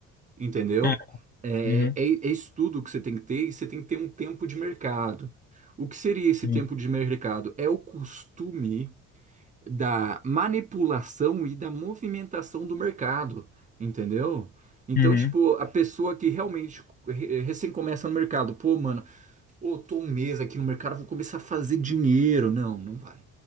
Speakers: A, on the right (about 25°); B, on the left (about 30°).
A: entendeu?
B: Ah,
A: É,
B: uhum,
A: é, é estudo que você tem que ter e você tem que ter um tempo de mercado. O que seria esse
B: sim,
A: tempo de mercado? É o costume da manipulação e da movimentação do mercado, entendeu? Então,
B: uhum,
A: tipo, a pessoa que realmente re- recém começa no mercado, pô, mano, ô, tô um mês aqui no mercado, vou começar a fazer dinheiro. Não, não vai,